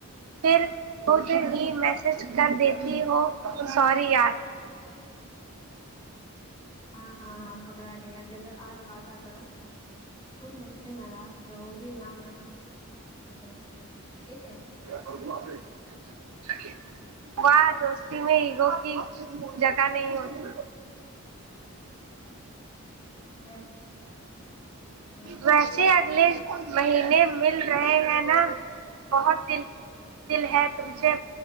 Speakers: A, on the right; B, on the left.
A: پھر ہوتے ہی میسج کر دیتی ہو سوری یار
B: ہاں ہاں ہاں پکڑا گیا چلو آج وعدہ کرو تم مجھ سے ناراض رہو گی نہ میں تم سے ٹھیک ہے
A: <unintelligible> واہ دوستی میں ایگو کی جگہ نہیں ہوتی
B: بس ہاں
A: ویس ج اگلے مہینے مل رہے ہیں نا بہت دل دل ہے تم سے